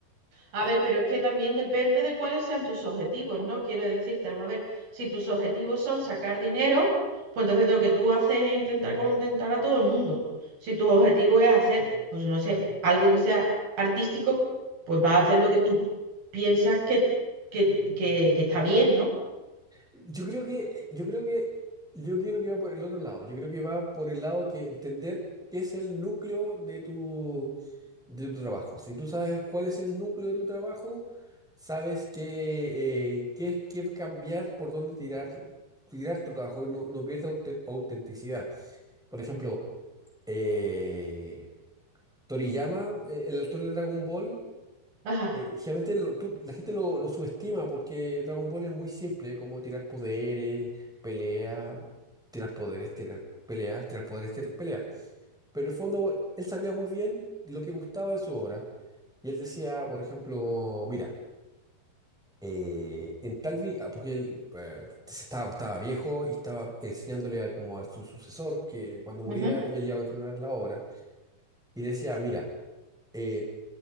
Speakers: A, on the right; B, in the centre.
A: A
B: Eh,
A: ver, pero es que también depende de cuáles sean tus objetivos, ¿no? Quiero decirte, vamos a ver, si tus objetivos son sacar dinero, pues entonces lo que tú haces es intentar contentar a todo el mundo. Si tu objetivo es hacer, pues no sé, algo que sea artístico, pues vas a hacer lo que tú piensas que, que, que- que está bien, ¿no?
B: Yo creo que, eh, yo creo que, yo quiero que va por el otro lado, yo creo que va por el lado que entender qué es el núcleo de tu de tu trabajo. Si tú sabes cuál es el núcleo de tu trabajo, sabes qué, eh, qué, qué cambiar, por dónde tirar, tirar tu trabajo y no, no pierdas aute- autenticidad. Por ejemplo, eh, Toriyama, eh, el autor de Dragon Ball,
A: Ajá,
B: eh, generalmente lo- tú- la gente lo, lo subestima porque Dragon Ball es muy simple, como tirar poderes, peleas, tirar poderes, tirar peleas, tirar poderes, tirar peleas. Pero en el fondo, él sabía muy bien lo que gustaba de su obra. Y él decía, por ejemplo, mira, eh, en tal vi- ah, porque él eh, estaba, estaba viejo y estaba enseñándole a, como a su sucesor que cuando muriera
A: ujú,
B: él iba a continuar la obra. Y le decía, mira, eh,